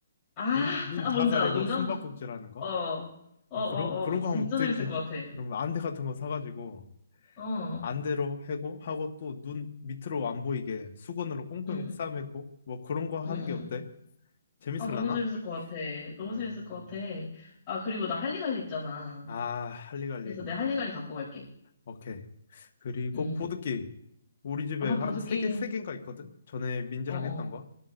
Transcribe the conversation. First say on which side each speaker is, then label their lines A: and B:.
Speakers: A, on the left; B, on the left.
A: 아, <laughs>
B: 눈 다
A: 뭔지
B: 가리고
A: 알아, 눈
B: 숨바꼭질
A: 감고.
B: 하는 거?
A: 어, 어, 어,
B: 아 그런 그런
A: 어, 그거 진짜
B: 거 하면 되게
A: 재밌을 것
B: 괜-
A: 같아.
B: 그러면 안대 같은 거 사가지고
A: 어,
B: 안대로 해고 하고 또 눈 밑으로 안 보이게 수건으로 꽁꽁
A: 응, 응,
B: 싸매고 뭐 그런 거 하는
A: 응, 응.
B: 게 어때? 재밌을라나?
A: 아, 너무 재밌을 것 같아. 너무
B: 음,
A: 재밌을 것 같아. 아, 그리고 나 할리갈리 있잖아.
B: 아 할리갈리.
A: 그래서 내 할리갈리 갖고 갈게.
B: 오케이. 그리고
A: 응.
B: 보드게임. 우리 집에
A: 아,
B: 한
A: 보드게임.
B: 세 개, 세 개인가 있거든? 전에 민지랑
A: 어, 어,
B: 했던 거?